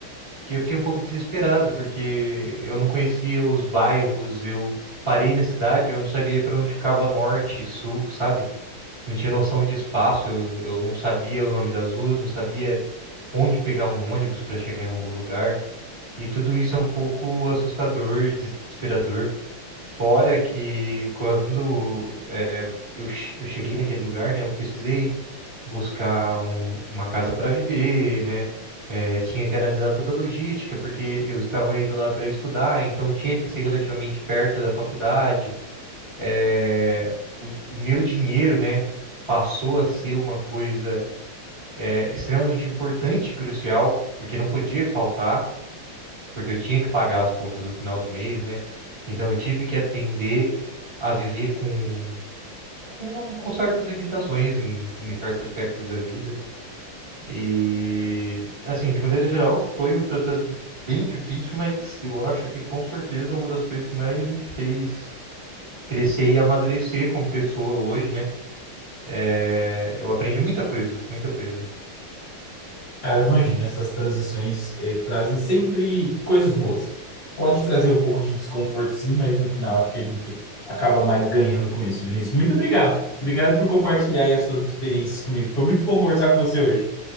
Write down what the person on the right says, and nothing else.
Que eu fiquei um pouco desesperado, porque eu não conhecia os bairros, eu parei na cidade, eu não sabia para onde ficava norte, sul, sabe? Não tinha noção de espaço, eu, eu não sabia o nome das ruas, não sabia onde pegar um ônibus para chegar em algum lugar. E tudo isso é um pouco assustador e desesperador. Fora que quando eh, eu, che- eu cheguei naquele lugar, né, eu precisei buscar um- uma casa para viver, né? eh, tinha que analisar toda a logística, porque eu estava indo lá para estudar, então tinha que ser relativamente perto da faculdade. Eh, o, o meu dinheiro, né, passou a ser uma coisa eh, extremamente importante e crucial, porque não podia faltar porque eu tinha que pagar as contas no final do mês, né? Então eu tive que aprender a viver com com, uma- com certas limitações em, em certos aspectos da vida. E assim, de maneira geral, foi um processo bem difícil, mas eu acho que com certeza uma das coisas que mais me fez crescer e amadurecer como pessoa hoje, né? É, eu aprendi muita coisa, muita coisa.